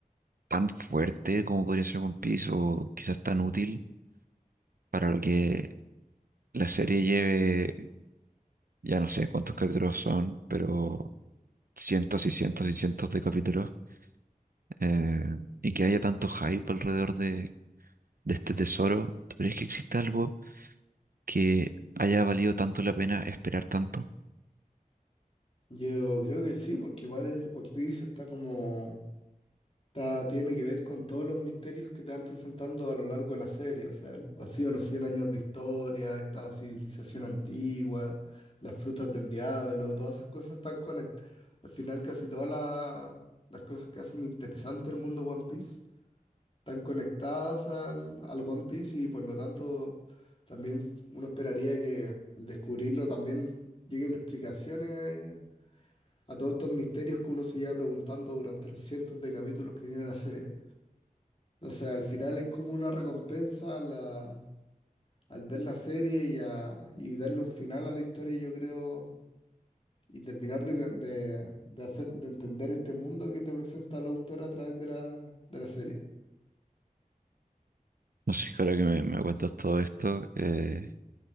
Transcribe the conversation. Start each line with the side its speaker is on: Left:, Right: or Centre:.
Right: tan fuerte como podría ser One Piece o quizás tan útil para lo que la serie lleve? Ya no sé cuántos capítulos son, pero cientos y cientos y cientos de capítulos. eh, y que haya tanto hype alrededor de, de este tesoro. ¿Tú crees que existe algo que haya valido tanto la pena esperar tanto?
Left: Yo creo que sí, porque igual el One Piece está como Está- tiene que ver con todos los misterios que te van presentando a lo largo de la serie, o sea, el vacío de los 100 años de historia, esta civilización antigua, las frutas del diablo, todas esas cosas están conectadas. Al final casi todas la- las cosas que hacen interesante el mundo One Piece están conectadas al, al One Piece y por lo tanto también uno esperaría que al descubrirlo también lleguen explicaciones a todos estos misterios que uno se lleva preguntando durante los cientos de capítulos que tiene la serie. O sea, al final es como una recompensa a la- al ver la serie y, a- y darle un final a la historia, yo creo, y terminar de, de- de hacer, de entender este mundo que te presenta el autor a través de la, de la serie.
Right: No sé, ahora que me, me cuentas todo esto, eh,